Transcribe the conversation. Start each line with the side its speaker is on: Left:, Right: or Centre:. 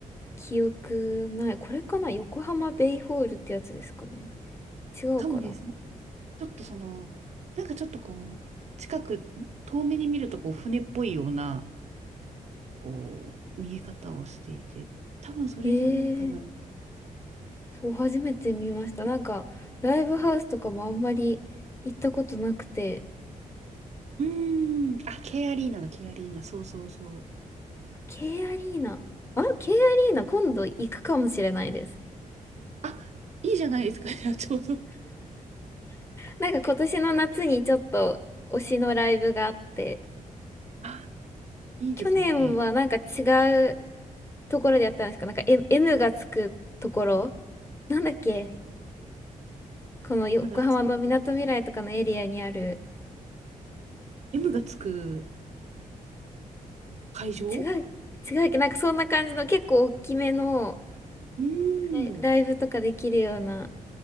Left: 記憶ない。これかな横浜ベイホールってやつですかね。違うかな
Right: かもです。ちょっとその、なんかちょっとこう、近く、ん遠目に見るとこう、船っぽいような、こう、見え方をしていて、多分それじゃないかな。
Left: ええーそう、初めて見ました。
Right: うん。
Left: なんか、ライブハウスとかもあんまり行ったことなくて。
Right: うーん。あ、K アリーナだ、K アリーナ。そうそうそう。
Left: あ K アリーナ。あ、K アリーナ今度行くかもしれないです。
Right: あ、いいじゃないですか、<laughs> じゃあちょうど。
Left: なんか今年の夏にちょっと推しのライブがあって、
Right: あ、いいですね。
Left: 去年はなんか違うところでやったんですかなんか M, M がつくところなんだっけこの横浜のみなとみらいとかのエリアにある
Right: M がつ、M がつく会場
Left: 違う、違うっけなんかそんな感じの結構大きめの
Right: うーん。
Left: ライライブとかできるような、